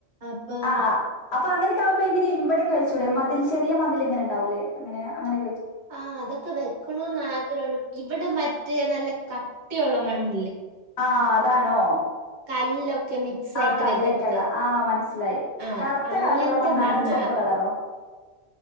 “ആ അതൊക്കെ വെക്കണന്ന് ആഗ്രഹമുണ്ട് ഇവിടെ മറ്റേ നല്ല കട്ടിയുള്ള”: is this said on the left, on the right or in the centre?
Right